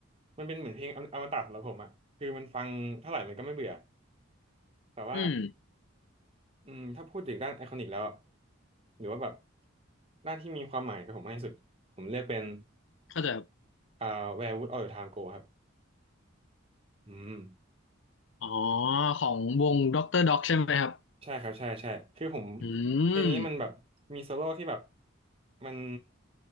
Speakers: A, on the right (about 30°); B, on the left (about 65°).
A: มันเป็นเหมือนเพลงอมอมตะสำหรับผมอะคือมันฟังเท่าไหร่มันก็ไม่เบื่อแต่ว่า
B: อืม
A: อืมถ้าพูดถึงด้านไอคอนิกแล้วอะหรือว่าแบบด้านที่มีความหมายกับผมมากที่สุดผมเลือกเป็น
B: เข้าใจ
A: อ่า Where Would All the Time Go ครับอืม
B: อ๋อของวงด็อกเตอร์ด็อกใช่ไหมครับ
A: ใช่ครับใช่ใช่คือผม
B: อื
A: เพลงนี้มันแบบมีโซโล่ที่แบบ
B: ม
A: มัน